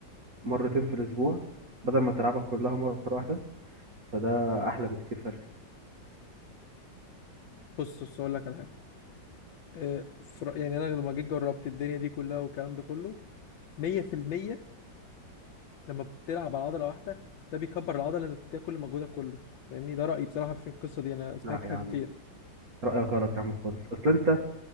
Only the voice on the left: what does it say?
بص بص اقول لك على حاجه آه، في رأ- يعني انا لما جيت جربت الدنيا دي كلها والكلام ده كله 100% لما بتلعب على عضله واحده ده بيكبر العضله انك تديها كل مجهودك كله فاهمني ده رايي بصراحه في القصه دي انا سمعت
حاجه
كتير